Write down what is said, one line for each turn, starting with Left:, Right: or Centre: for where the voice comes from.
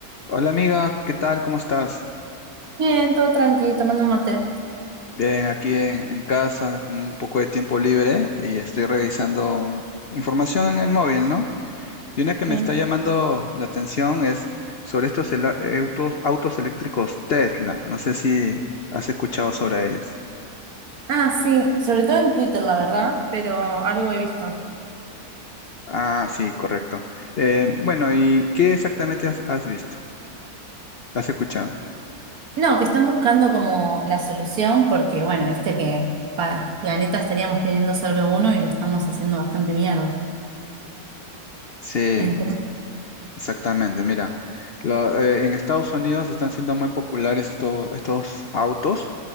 Left: Hola amiga, ¿qué tal? ¿Cómo estás?
Right: Bien, todo tranquilo, tomando un mate.
Left: Bien, aquí en, en casa con un poco de tiempo libre y estoy revisando un- información en el móvil, ¿no? Y una que me
Right: Sí.
Left: está llamando la atención es sobre estos ela- eh, autos, autos eléctricos Tesla. No sé si has escuchado sobre ellos.
Right: Ah, sí, sobre todo en Twitter, la verdad, pero algo he visto.
Left: Ah, sí, correcto. Eh, bueno, ¿y qué exactamente has, has visto? ¿Has escuchado?
Right: No, que están buscando como la solución porque, bueno, viste que para planeta estaríamos teniendo solo uno y lo estamos haciendo bastante mierda.
Left: Sí,
Right: Entonces,
Left: Exactamente, mira, lo- eh, en Estados Unidos están siendo muy populares esto- estos autos